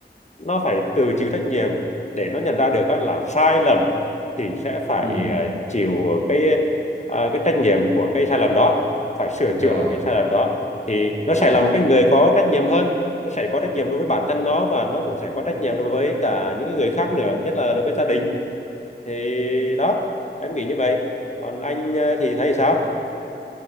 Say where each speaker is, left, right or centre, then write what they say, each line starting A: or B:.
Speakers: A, on the left; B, on the right.
A: nó phải tự chịu trách nhiệm để nó nhận ra được á, là sai lầm thì sẽ phải
B: ừ
A: à, chịu cái à, cái trách nhiệm của cái sai lầm đó phải sửa
B: rồi
A: chữa cái sai lầm đó thì nó
B: rồi
A: sẽ là một cái người có trách nhiệm hơn nó sẽ có trách nhiệm đối với bản thân nó và nó cũng sẽ có trách nhiệm đối với cả những cái người khác nữa nhất là đối với gia đình thì đó em nghĩ như vậy còn anh à, thì thấy sao